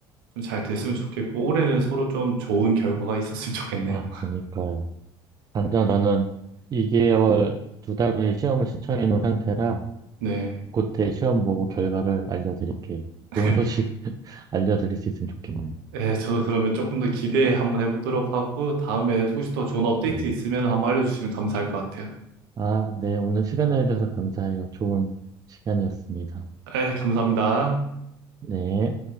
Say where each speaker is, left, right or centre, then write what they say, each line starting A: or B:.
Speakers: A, on the right; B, on the right.
A: 좀 잘 됐으면 좋겠고 올해는 서로 좀 좋은 결과가 있었으면 좋겠네요.
B: 아, 그니까요. 당장 저는 2개월 두 달 후에 시험을 신청해 놓은 상태라
A: 네.
B: 그때 시험 보고 결과를 알려드릴게요.
A: <laughs>
B: 좋은 소식 <laughs> 알려드릴 수 있으면 좋겠네요.
A: 예, 저도 그러면 조금 더 기대 한번 해보도록 하고 다음에 혹시 더 좋은 업데이트
B: 네.
A: 있으면 한번 알려주시면 감사할 것 같아요.
B: 아, 네. 오늘 시간 내주셔서 감사해요. 좋은 시간이었습니다.
A: 예, 감사합니다.
B: 네.